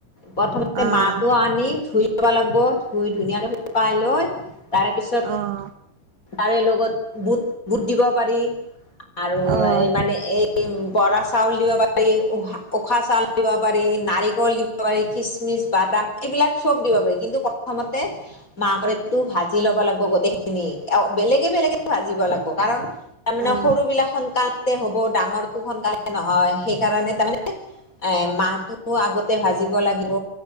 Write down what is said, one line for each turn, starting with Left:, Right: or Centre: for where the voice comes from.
Left: প্ৰথম তে
Right: অহ
Left: মাহটো আনি ধুই লব লাগিব ধুই ধুনীয়াকে শুকাই লয় তাৰপিছত
Right: অহ
Left: তাৰে লগত বুট- বুট দিব পাৰি আৰু
Right: অহ
Left: এই মানে এই পাৰি বৰা চাউল দিব পাৰি উশাহ চাউল দিব পাৰি নাৰিকল দিব পাৰি কিচমিচ বাদাম এইবিলাক চব দিব পাৰি কিন্তু প্ৰথমতে মাহ কৰেটো ভাজি ল'ব লাগিব গোটেইখিনি বেলেগে বেলেগে ভাজিব লাগিব কাৰণ তাৰমানে
Right: অহ
Left: সৰু বিলাক সোনকালে হ'ব ডাঙৰটো সোনকালে নহয় সেইকাৰণে তাৰমানে এই মাহটো আগতে ভাজিব লাগিব।